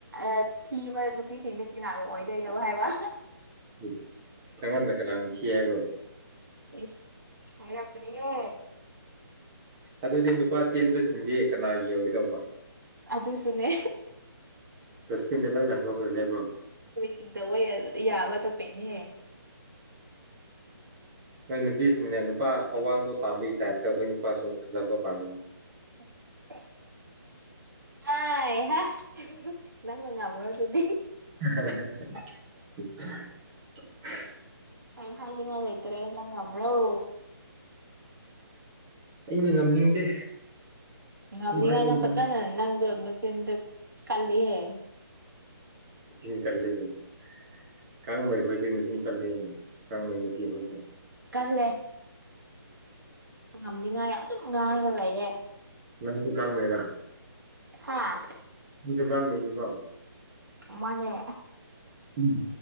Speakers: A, on the right; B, on the right.
A: ꯑꯊꯤꯕ ꯅꯨꯄꯤꯁꯤꯡꯗꯤ ꯀꯅꯥꯒꯤ ꯑꯣꯏꯗꯣꯏꯅꯣ ꯍꯥꯏꯕ
B: ꯍꯨꯝ ꯅꯥꯉꯣꯟꯗꯥ ꯀꯅꯥꯥꯅ ꯊꯤ ꯍꯥꯏꯕ꯭ꯔꯣ
A: ꯏꯁ ꯍꯥꯏꯔꯛꯀꯥꯅꯤꯌꯦ
B: ꯑꯗꯨꯗꯤ ꯅꯨꯄꯥ ꯇꯦꯟꯕꯁꯤꯡꯗꯤ ꯀꯅꯥꯒꯤ ꯑꯣꯏꯒꯗꯧꯕ
A: ꯑꯗꯨꯁꯨꯨꯅꯦ
B: ꯗꯁꯕꯤꯟ ꯂꯣꯏꯅ ꯂꯥꯡꯊꯣꯛꯈ꯭ꯔꯁꯦꯕꯣ
A: ꯇꯤꯡ ꯇꯧꯋꯦ ꯌꯥꯗ ꯇꯣꯄꯩꯅꯦ
B: ꯅꯣꯏ ꯅꯨꯄꯤꯁꯤꯡꯅ ꯅꯨꯄꯥ ꯑꯋꯥꯡꯕ ꯄꯥꯝꯕꯩ ꯇꯥꯏꯞꯇ ꯑꯩꯈꯣꯏ ꯅꯨꯄꯥꯁꯨ ꯐꯖꯕ ꯄꯥꯝꯃꯤꯅꯤ
A: <unintelligible> ꯑꯥꯏ ꯍꯥꯏ ꯅꯪꯅ ꯉꯝꯔꯣ ꯗꯨꯗꯤ
B: <unintelligible>
A: ꯑꯩ ꯍꯥꯏꯅꯤꯡꯉꯥꯏ ꯂꯩꯇꯔꯦ ꯅꯪ ꯉꯝꯔꯣ
B: ꯑꯩꯅ ꯉꯝꯅꯤꯡꯗꯦ
A: ꯉꯝꯅꯤꯉꯥꯏ
B: ꯑꯗꯨꯝ ꯍꯥꯏꯕꯒꯤ
A: ꯅꯪ ꯐꯖꯅ
B: ꯋꯥꯅꯤ
A: ꯅꯪꯗꯣ ꯅꯆꯤꯟꯗꯣ ꯀꯜꯂꯤꯍꯦ
B: ꯆꯤꯟ ꯀꯜꯂꯦ ꯒꯥꯏꯅ ꯀꯥꯡ ꯂꯩꯕꯩꯁꯦ ꯃꯆꯤꯟ ꯀꯜꯂꯤꯅꯦ ꯀꯥꯡꯃꯩꯩꯅ ꯄꯤꯕꯗꯣ
A: ꯀꯜꯂꯦ ꯉꯝꯅꯤꯉꯥꯏ ꯑꯗꯨꯝ ꯉꯥꯡꯂꯒ ꯂꯩꯌꯦ
B: ꯅꯪꯁꯨ ꯀꯥꯡꯃꯦꯔꯥ
A: ꯍꯥꯥ
B: ꯅꯪ ꯁꯦ ꯒꯥꯡꯃꯩꯅꯤꯀꯣ
A: ꯃꯥꯅꯦ
B: ꯎꯝ